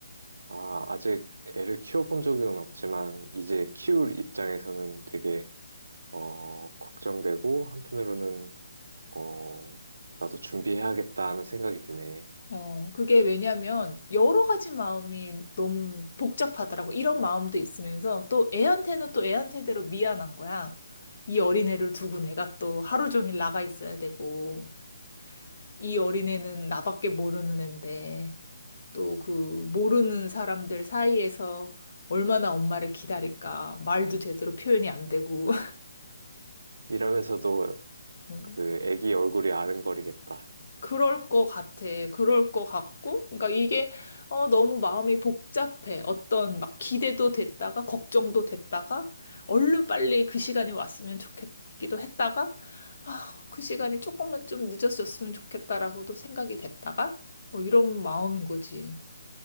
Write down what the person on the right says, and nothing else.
아, 아직 애를 키워본 적은 없지만 이제 키울 입장에서는 되게 어, 걱정되고 한편으로는 어, 나도 준비해야겠다는 생각이 드네.
이러면서도
그 애기 얼굴이 아른거리겠다.